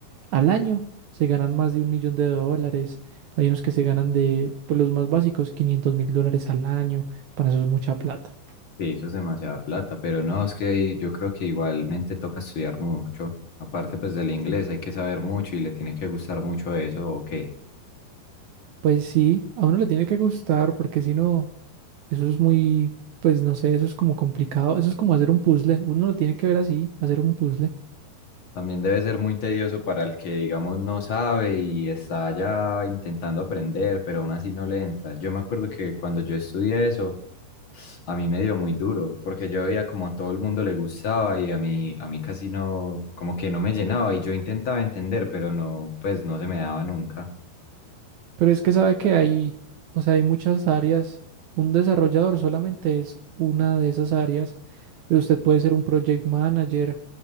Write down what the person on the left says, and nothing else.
Sí, eso es demasiada plata, pero no, es que yo creo que igualmente toca estudiar mucho. Aparte pues del inglés hay que saber mucho y le tiene que gustar mucho eso, ¿o qué?
También debe ser muy tedioso para el que, digamos, no sabe y está ya intentando aprender, pero aún así no le entra. Yo me acuerdo que cuando yo estudié eso, a mí me dio muy duro, porque yo veía como a todo el mundo le gustaba y a mí, a mí casi no, como que no me llenaba y yo intentaba entender, pero no, pues no se me daba nunca.